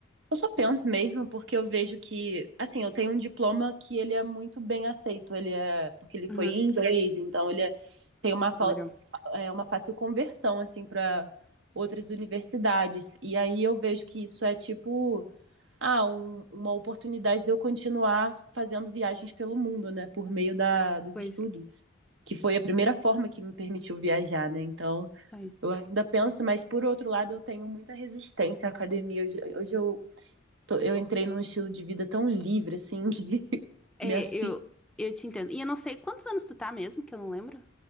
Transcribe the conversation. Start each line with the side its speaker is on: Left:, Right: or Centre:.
Right: Eu só penso mesmo porque eu vejo que, assim, eu tenho um diploma que ele é muito bem aceito, ele é, porque ele
Centre: Uhum,
Right: foi em inglês, então ele é- tem uma, fa-
Centre: legal.
Right: fa- é, uma fácil conversão, assim, para outras universidades. E aí eu vejo que isso é tipo, ah, um- uma oportunidade de eu continuar fazendo viagens pelo mundo, né, por meio da, dos
Centre: Pois,
Right: estudos, que foi a primeira forma que me permitiu viajar, né, então...
Centre: pois.
Right: Eu ainda penso, mas por outro lado, eu tenho muita resistência à academia. Hoje, hoje eu tô- eu entrei num estilo de vida tão livre, assim, que <laughs>
Centre: É,
Right: me assusta.
Centre: eu, eu te entendo. E eu não sei quantos anos tu tá mesmo, que eu não lembro.